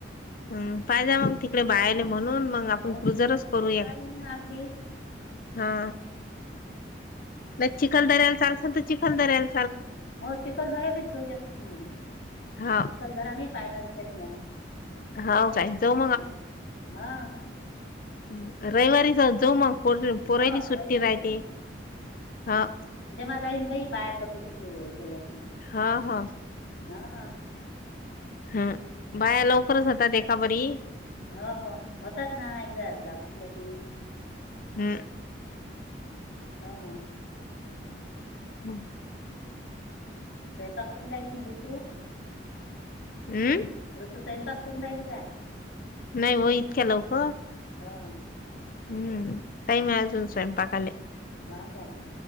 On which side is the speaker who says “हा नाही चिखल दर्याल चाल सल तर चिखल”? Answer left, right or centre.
Left